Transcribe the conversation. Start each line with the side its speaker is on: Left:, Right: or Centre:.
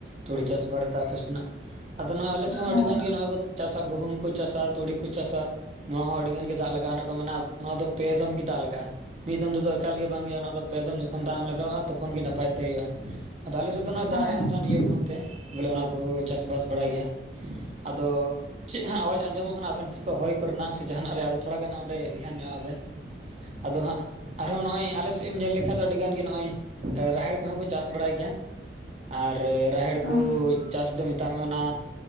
Right: ᱛᱩᱲᱤ ᱪᱟᱥ ᱵᱟᱨᱮᱛᱮ ᱟᱯᱮ ᱥᱮᱱᱟᱜ᱾ ᱟᱫᱚ ᱱᱚᱜᱼᱚᱭ ᱟᱞᱮᱥᱮ ᱦᱚᱸ
Left: ᱦᱮᱸ
Right: ᱟᱹᱰᱤ ᱜᱟᱱ ᱜᱮ ᱱᱚᱜᱚᱭ ᱠᱚ ᱪᱟᱥᱟ ᱜᱩᱦᱩᱢ ᱠᱚ ᱪᱟᱥᱟ ᱛᱩᱲᱤ ᱠᱚ ᱪᱟᱥᱟ᱾ ᱱᱚᱣᱟ ᱦᱚᱸ ᱟᱹᱰᱤ ᱜᱟᱱ ᱜᱮ ᱫᱟᱜ ᱞᱟᱜᱟᱜᱼᱟ ᱚᱱᱟ ᱠᱚ ᱢᱮᱱᱟ ᱱᱚᱣᱟ ᱫᱚ ᱯᱮ ᱫᱷᱢ ᱜᱮ ᱫᱟᱜ ᱞᱟᱜᱟᱜᱼᱟ᱾ ᱢᱤᱫ ᱫᱷᱚᱢ ᱛᱮᱫᱚ ᱮᱠᱟᱞ ᱜᱮ ᱵᱟᱝ ᱦᱩᱭᱩᱜᱼᱟ ᱚᱱᱟ ᱫᱚ᱾ ᱯᱮ ᱫᱚᱢ ᱡᱚᱠᱷᱚᱱ ᱫᱟᱜ ᱮᱢ ᱞᱟᱜᱟᱣᱼᱟ ᱛᱚᱠᱷᱚᱱ ᱜᱮ ᱱᱟᱯᱟᱭ ᱛᱮ ᱦᱩᱭᱩᱜᱼᱟ ᱟᱫᱚ ᱟᱞᱮ ᱥᱮᱜ ᱫᱚ ᱱᱚᱣᱟ
Left: ᱦᱮᱸ
Right: ᱫᱟᱜ ᱨᱮ ᱦᱟᱜ ᱡᱟᱦᱟᱱ ᱤᱭᱟᱹ ᱵᱟᱹᱱᱩᱜ ᱛᱮ ᱵᱚᱞᱮ ᱚᱱᱟ ᱠᱚ ᱪᱟᱥᱵᱟᱥ ᱵᱟᱲᱟᱭ ᱜᱮᱭᱟ, ᱟᱫᱚ ᱪᱮᱜ ᱦᱟᱸᱜ ᱟᱣᱟᱡᱽ ᱟᱸᱡᱚᱢᱚᱜ ᱠᱟᱱᱟ ᱟᱵᱮᱱ ᱥᱮᱜ ᱠᱚ ᱦᱚᱭ ᱠᱚ ᱨᱮᱱᱟᱜ ᱥᱮ ᱡᱟᱦᱟᱱᱟᱜ ᱨᱮᱭᱟᱜ ᱫᱚ ᱛᱷᱚᱲᱟ ᱜᱟᱱ ᱦᱟᱸᱜ ᱚᱸᱰᱮ ᱫᱷᱮᱭᱟᱱ ᱧᱚᱜᱼᱟ ᱵᱮᱱ᱾ ᱟᱫᱚ ᱦᱟᱸᱜ ᱟᱨᱦᱚᱸ ᱱᱚᱜ-ᱚᱭ ᱟᱞᱮ ᱥᱮᱜ ᱮᱢ ᱧᱮᱞ ᱞᱮᱠᱷᱟ ᱫᱚ ᱟᱹᱰᱤ ᱜᱟᱱ ᱜᱮ ᱱᱚᱜ-ᱚᱭ ᱨᱟᱦᱮᱲ ᱠᱚᱦᱚᱸ ᱠᱚ ᱪᱟᱥ ᱵᱟᱲᱟᱭ ᱜᱮᱭᱟ᱾ ᱟᱨ ᱨᱟᱦᱮᱲ
Left: ᱦᱮᱸ
Right: ᱠᱚ ᱪᱟᱥ ᱫᱚ ᱢᱮᱛᱟᱜ ᱢᱮ ᱚᱱᱟ